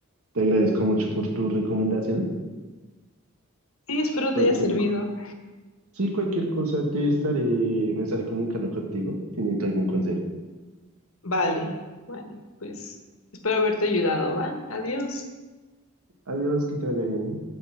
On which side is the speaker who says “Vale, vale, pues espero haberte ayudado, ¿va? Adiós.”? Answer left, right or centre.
Left